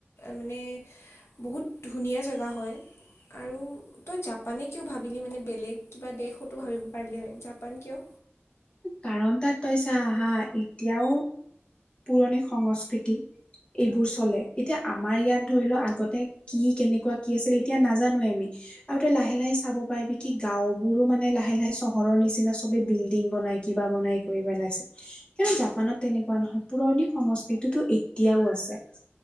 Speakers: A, on the left; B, on the left.
A: মানে বহুত ধুনীয়া জেগা হয়।
B: <inaudible>
A: আৰু তই জাপানে কিয় ভাবিলি মানে বেলেগ কিবা দেশতো ভাবিব পাৰিলি হয়, জাপান কিয়?
B: কাৰণ তাত তই চা হা এতিয়াও পুৰণি সংস্কৃতি এইবোৰ চলে এতিয়া আমাৰ ইয়াত ধৰিল আগতে কি কেনেকুৱা কি আছিল এতিয়া নাজানোৱে আমি। আৰু তই লাহে-লাহে চাব পাৰিবি কি গাঁওবোৰো মানে লাহে-লাহে চহৰৰ নিচিনা চবে বিল্ডিং বনাই কিবা বনাই কৰি পেলাইছে, কিন্তু জাপানত তেনেকুৱা নহয়। পুৰণি সংস্কৃতিতো এতিয়াও আছে